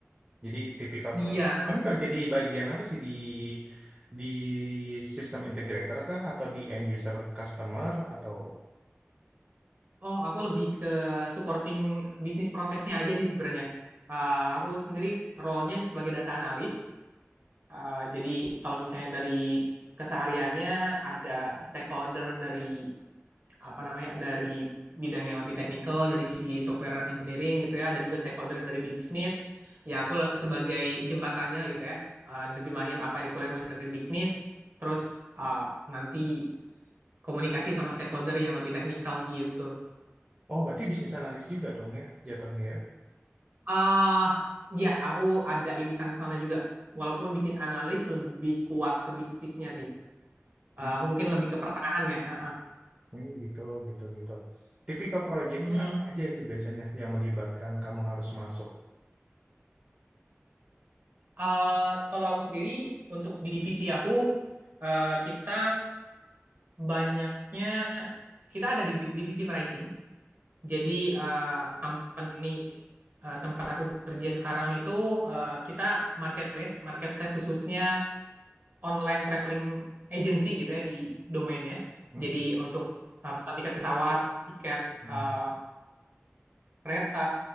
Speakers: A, on the right (about 25°); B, on the right (about 50°).
A: Jadi tipikal pro.
B: Iya.
A: Kamu kerja di bagian apa sih di di sistem integrator kah atau di end user customer atau
B: Oh, aku lebih ke supporting bisnis prosesnya aja sih sebenarnya. Eh, aku sendiri role-nya sebagai data analis. Eh, jadi kalau misalnya dari kesehariannya ada stakeholder dari apa namanya dari bidang yang lebih teknikal dari sisi software engineering gitu ya. Ada juga stakeholder yang dari bisnis. Ya aku la- sebagai jembatannya lah gitu ya. Eh, nerjemahin apa requirement dari bisnis. Terus eh, nanti komunikasi sama stakeholder yang lebih teknikal gitu.
A: oh berarti bisnis analis juga dong ya jatuhnya ya.
B: Ah, ya, aku ada irisan ke sana juga. Walaupun bisnis analis lebih kuat ke bisnisnya sih.
A: Hmm,
B: Eh, aku mungkin lebih ke pertengahan ya. ha, ha.
A: Hmm, gitu gitu gitu. Tipikal projectnya
B: Mhm.
A: apa aja itu biasanya yang melibatkan kamu harus masuk.
B: Eh, kalau aku sendiri untuk di divisi aku eh, kita banyaknya kita ada di divi- divisi pricing. Jadi eh, company eh, tempat aku kerja sekarang itu eh, kita marketplace, marketplace khususnya online traveling agency gitu ya di domainnya.
A: Hmm,
B: Jadi untuk uh, pesan tiket pesawat, tiket
A: hmm.
B: uh, kereta,